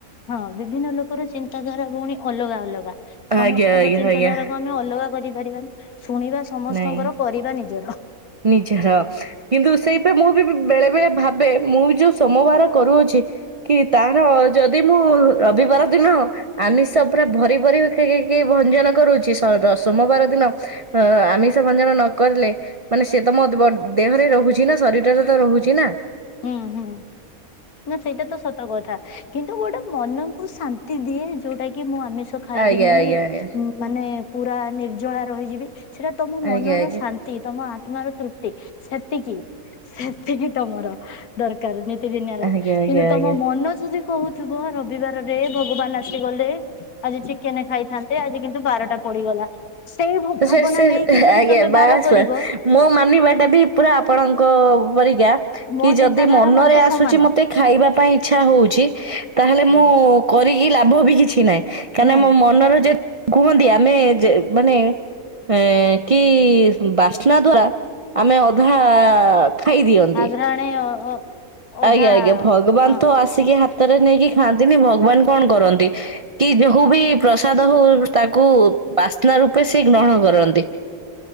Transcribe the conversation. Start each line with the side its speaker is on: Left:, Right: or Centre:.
Left: ହଁ ବିଭିନ୍ନ ଲୋକର ଚିନ୍ତାଧାରା ଭଉଣୀ ଅଲଗା ଅଲଗା, ସମସ୍ତଙ୍କ
Right: ଆଜ୍ଞା ଆଜ୍ଞା
Left: ଚିନ୍ତାଧାରା
Right: ଆଜ୍ଞା
Left: କଣ ଆମେ ଅଲଗା କରିପାରିବାନି, ଶୁଣିବା ସମସ୍ତଙ୍କର
Right: ନାଇଁ।
Left: କରିବା ନିଜର
Right: ନିଜର କିନ୍ତୁ ସେଇପା ମୁଁ ବି ବେଳେ ବେଳେ ଭାବେ, ମୁଁ ବି ଯୋଉ ସୋମବାର କରୁଅଛି କି ତାର ଯଦି ମୁଁ ରବିବାର ଦିନ ଆମିଷ ପୁରା ଭରି ଭରି କି ଭଞ୍ଜନ କରୁଛି ସୋମବାର ଦିନ ଅ ଆମିଷ ଭଞ୍ଜନ ନ କରିଲେ ମାନେ ସେ ତ ମ ଦେହରେ ରହୁଛି, ନା ଶରୀରରେ ତ ରହୁଛି ନା
Left: ହୁଁ, ହୁଁ ନା ସେଇଟା ତ ସତ କଥା। କିନ୍ତୁ ଗୋଟେ ମନକୁ ଶାନ୍ତି ଦିଏ, ଯୋଉଟା କି ମୁଁ ଆମିଷ ଖାଇବିନି
Right: ଆଜ୍ଞା ଆଜ୍ଞା ଆଜ୍ଞା
Left: ମାନେ ପୁରା ନିର୍ଜଳା ରହିଯିବି, ସେଟା ତମ ମନର
Right: ଆଜ୍ଞା ଆଜ୍ଞା
Left: ଶାନ୍ତି, ତମ ଆତ୍ମାର ତୃପ୍ତି ସେତିକି ସେତିକି ତମର ଦରକ କାର, ନୀତି ଦିନିଆ ଲାଇଫ
Right: ଆଜ୍ଞା ଆଜ୍ଞା
Left: କିନ୍ତୁ
Right: ଆଜ୍ଞା
Left: ତମ
Right: ଆଜ୍ଞା।
Left: ମନ ଯଦି କହୁ ଥିବ ରବିବାରରେ ଭଗବାନ ଆସିଗଲେ ଆଜି ଚିକେନ ଖାଇଥାନ୍ତେ, ଆଜି କିନ୍ତୁ ବାରଟା ପଡିଗଲା। ସେଇ ଭାବନା
Right: ସେ ସେ
Left: ନେଇକି ଯଦି
Right: ଆଜ୍ଞା
Left: ତମେ
Right: ବାସ
Left: ବାର କରିବ
Right: ବାସ, ମୋ ମାନିବା ଟା ବି ପୁରା ଆପଣଙ୍କ ପରି। <unintelligible>
Left: ମୋ
Right: କି ଯଦି
Left: ଚିନ୍ତାଧାରା
Right: ମନରେ
Left: ମଧ୍ୟ
Right: ଆସୁଛି
Left: ସମାନ
Right: ମତେ ଖାଇବା ପାଇଁ ଇଚ୍ଛା ହଉଛି ତାହେଲେ
Left: ହୁଁ
Right: ମୁଁ କରିକି ଲାଭ ବି କିଛି ନାହିଁ? କାହିଁକି
Left: ନାଇଁ
Right: ନା ମୋ ମନର ଯେ କୁହନ୍ତି ଆମେ ଯେ ମାନେ ଏ କି ବାସ୍ନା ଦ୍ଵାରା ଆମେ ଅଧା ଖାଇଦିଅନ୍ତି
Left: ଆଘ୍ରାଣେ ଅ ଅଧା
Right: ଆଜ୍ଞା, ଆଜ୍ଞା ଭଗବାନ
Left: ହଁ।
Right: ତ ଆସିକି ହାତରେ ନେଇକି ଖାଆନ୍ତି ନି, ଭଗବାନ କଣ କରନ୍ତି? କି <unintelligible> ବି ପ୍ରସାଦ ହଉ ତାକୁ ବାସ୍ନା ରୂପେ ସେ ଗ୍ରହଣ କରନ୍ତି,